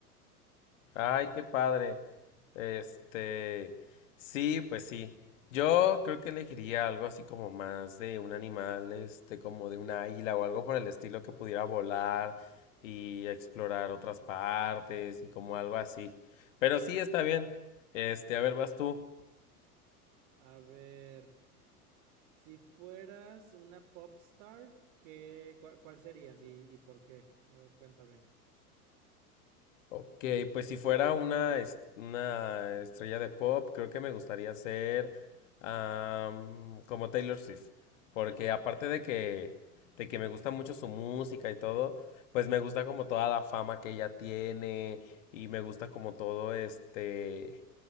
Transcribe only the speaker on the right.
A ver, si fueras una pop star, ¿qué, cua- ¿cuál serías y, y por qué? A ver, cuéntame.